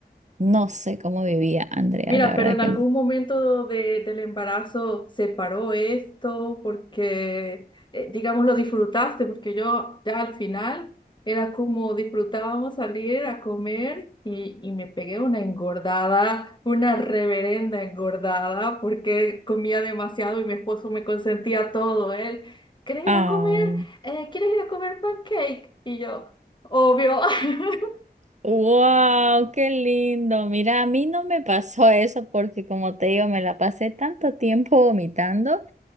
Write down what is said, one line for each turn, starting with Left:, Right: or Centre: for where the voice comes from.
Right: no sé cómo vivía, Andrea,
Left: Mira,
Right: la verdad
Left: pero en
Right: que...
Left: algún
Right: me-
Left: momento de- del embarazo se paró esto porque, eh, digamos, lo disfrutaste, porque yo ya al final era como disfrutábamos salir a comer y, y me pegué una engordada, una reverenda engordada, porque comía demasiado y mi esposo me consentía todo. Él, ¿quieres
Right: Ay,
Left: ir a comer? Eh, ¿quieres ir a comer pancake? Y yo, obvio. <laughs>
Right: wow, qué lindo. Mira, a mí no me pasó eso porque como te digo, me la pasé tanto tiempo vomitando.